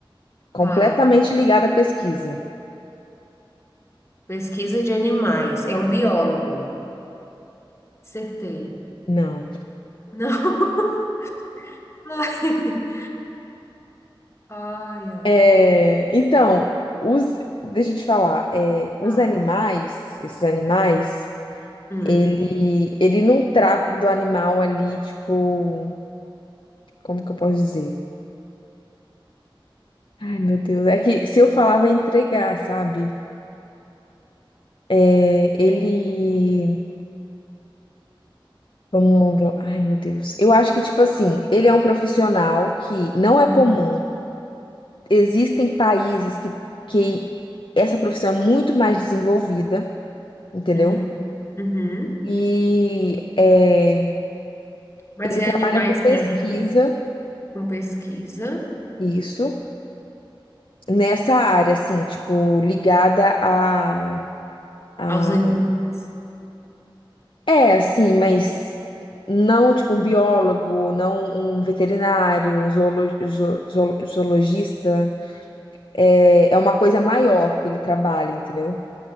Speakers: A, on the left (about 70°); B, on the left (about 30°).
A: completamente
B: tá,
A: ligado à pesquisa.
B: pesquisa de animais, é um biólogo. Acertei.
A: Não.
B: Não. <laughs> Ai, ai. ai.
A: É, então, os, deixa eu te falar, é, os
B: Ah,
A: animais, esses animais,
B: hum,
A: ele, ele não trata do animal ali, tipo, como que eu posso dizer? Ai, meu Deus, é que se eu falar vai entregar, sabe? É, ele, vamos, ai, meu Deus. Eu acho que, tipo assim, ele é um profissional que não
B: hum,
A: é comum. Existem países que, que essa profissão é muito mais desenvolvida, entendeu?
B: hum, uhum.
A: E é,
B: Mas
A: Ele
B: é
A: trabalha
B: animais
A: com pesquisa,
B: ter com pesquisa
A: isso, nessa área, assim, tipo, ligada a, a...
B: aos animais.
A: É, assim, mas não, tipo, um biólogo, não um veterinário, um zoolo- zo- zo- zoologista. É, é uma coisa maior que ele trabalha, entendeu?